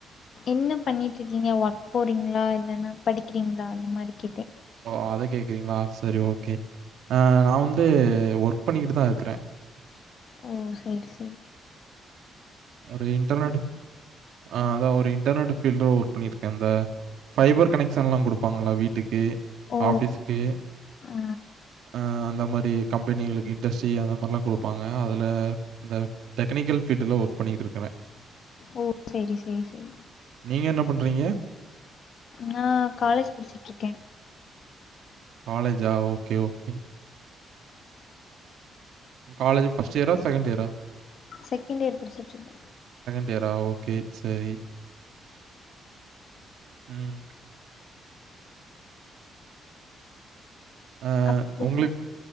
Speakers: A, on the left (about 60°); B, on the right (about 75°).
A: என்ன பண்ணிட்டு இருக்கீங்க ஒர்க் போறீங்களா இல்லன்னா படிக்கிறீங்களா அந்த மாரிகெட்ட
B: ஓ அத கேக்குறீங்களா சரி ஓகே ஆ நா வந்து ஒர்க் பண்ணிக்கிட்டு தா இருக்குற
A: ஓ செரி செரி
B: ஒரு இன்டர்நெட் ஆ அதா ஒரு இன்டர்நெட் ஃபில்டர ஒர்க் பண்ணியிருக்க இந்த ஃபைபர் கனெக்ஷன்ல கொடுப்பாங்கள வீட்டுக்கு
A: ஓ
B: ஆபிஸ்கு
A: ஆ
B: அ அந்த மாரி கம்பெனிகளுக்கு இண்டஸ்ட்ரி அந்த மாரிலாம் கொடுப்பாங்க அதில அந்த டெக்னிக்கல் ஃபீல்டில ஒரு பண்ணிகிட்டு இருக்குர
A: ஓ செரி செரி செரி
B: நீங்க என்ன பண்றீங்க
A: நா காலஜ் படிச்சுட்டுருக்க
B: காலேஜா ஓகே ஓகே காலேஜ் ஃஸ்ட் இயரா செகண்ட் இயரா
A: செகண்ட் இயர் படிச்சட்டுருக்க
B: டேரா ஓகே சரி உம் அ
A: அப்றோ
B: உங்களுக்